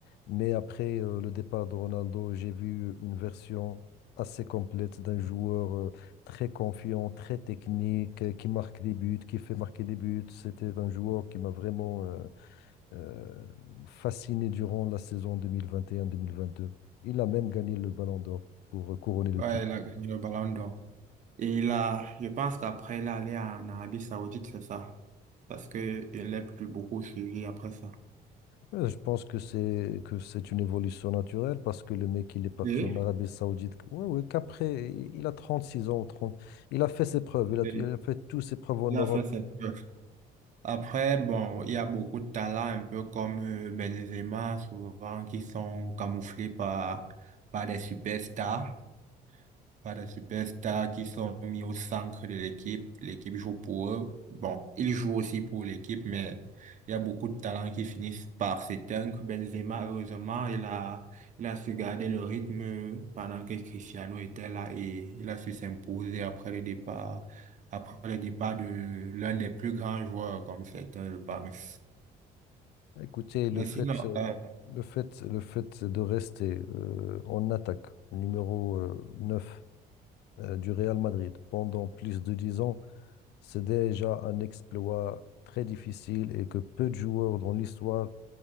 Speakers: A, on the left; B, on the right.
A: Mais après euh, le départ de Ronaldo, j'ai vu une version assez complète d'un joueur euh, très confiant, très technique, euh, qui marque des buts, qui fait marquer des buts. C'était un joueur qui m'a vraiment euh, euh, fasciné durant la saison deux deux mille mille vingt et un vingt deux. Il a même gagné le Ballon d'Or pour couronner le
B: Ouais,
A: tout.
B: il a gagné le ballon d'or. Et là, je pense qu'après, il est allé en Arabie Saoudite, c'est ça. Parce qu'il n'est plus beaucoup suivi après ça.
A: Euh, Je pense que c'est que c'est une évolution naturelle parce que le mec, il est parti
B: Et,
A: en Arabie Saoudite. Ouais, ouais, qu'après, il a 36 ans, 30. Il a fait ses preuves, il a,
B: et
A: il a fait toutes ses preuves en
B: il
A: Europe.
B: a fait ses preuves. Après, bon, il y a beaucoup de talents, un peu comme euh, Benzema, souvent qui sont camouflés par, par des superstars pas de superstars qui sont mis au centre de l'équipe. L'équipe joue pour eux. Bon, ils jouent aussi pour l'équipe, mais il y a beaucoup de talents qui finissent par s'éteindre. Benzema, heureusement, il a, il a su garder le rythme pendant que Cristiano était là et il a su s'imposer après le départ, après le départ de l'un des plus grands joueurs, comme certains le pensent.
A: Écoutez, le
B: Mais
A: fait,
B: sinon, euh,
A: le fait, le fait de rester euh, en attaque, numéro euh, 9 euh, du Real Madrid pendant plus de 10 ans, c'est déjà un exploit très difficile et que peu de joueurs dans l'histoire